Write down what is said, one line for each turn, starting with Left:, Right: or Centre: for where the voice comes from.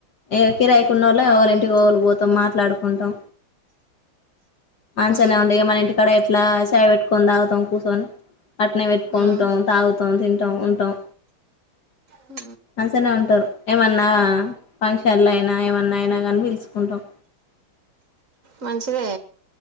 Left: ఏకిరాయికున్న వాళ్ళ
Right: ఉమ్
Left: ఎవరింటికి రు పోతాం మాట్లాడుకుంటాం మంచనే
Right: ఉమ్
Left: ఉండే మన ఇంటికాడ ఎట్లా చేయ పెట్టుకొని తాగుతాం కూర్చొని పట్నే పెట్టుకుంటాం
Right: ఉమ్
Left: తాగుతాం తింటాం ఉంటాం
Right: ఉ
Left: అంచనే ఉంటారు ఏమన్నా ఫంక్షన్లు అయినా ఏమన్నా అయినా కాని పిలుచుకుంటాం
Right: మంచిదే